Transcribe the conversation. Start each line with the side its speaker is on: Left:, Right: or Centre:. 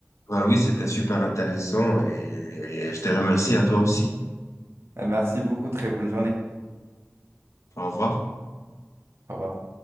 Left: Ah oui, c'était super intéressant et je te remercie à toi aussi.
Right: Euh, Merci beaucoup. Très bonne journée.
Left: Au revoir.
Right: Au revoir.